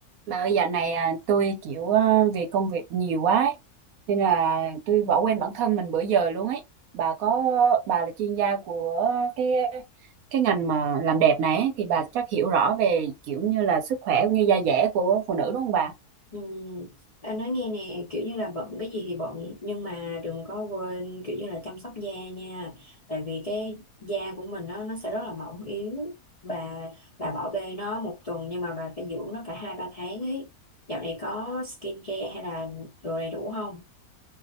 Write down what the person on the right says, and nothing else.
Bà ơi dạo này à, tôi kiểu à, vì công việc nhiều quá ấy, nên là tôi bỏ quên bản thân mình bữa giờ luôn ấy. Bà có bà là chuyên gia của cái cái ngành mà làm đẹp này ấy, thì bà chắc hiểu rõ về kiểu như là sức khỏe cũng như da dẻ của phụ nữ đúng không bà?